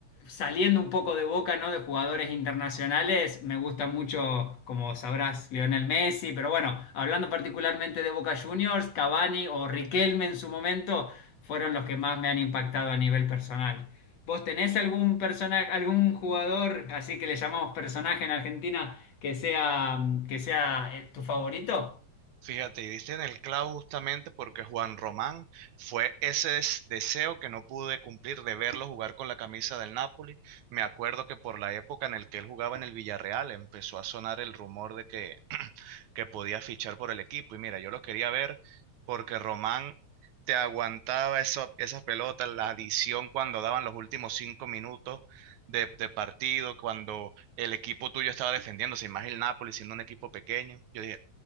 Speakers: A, on the left; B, on the right.
A: Saliendo un poco de Boca, ¿no? De jugadores internacionales, me gusta mucho, como sabrás, Lionel Messi, pero bueno, hablando particularmente de Boca Juniors, Cavani o Riquelme en su momento fueron los que más me han impactado a nivel personal. ¿Vos tenés algún personaje, algún jugador, así que le llamamos personaje en Argentina, que sea, que sea eh, tu favorito?
B: Fíjate, y diste en el clavo justamente porque Juan Román fue ese des- deseo que no pude cumplir de verlo jugar con la camisa del Napoli. Me acuerdo que por la época en el que él jugaba en el Villarreal empezó a sonar el rumor de que que podía fichar por el equipo. Y mira, yo lo quería ver porque Román te aguantaba eso, esas pelotas, la adición cuando daban los últimos cinco minutos de, de partido, cuando el equipo tuyo estaba defendiéndose, y más el Napoli siendo un equipo pequeño. Yo dije,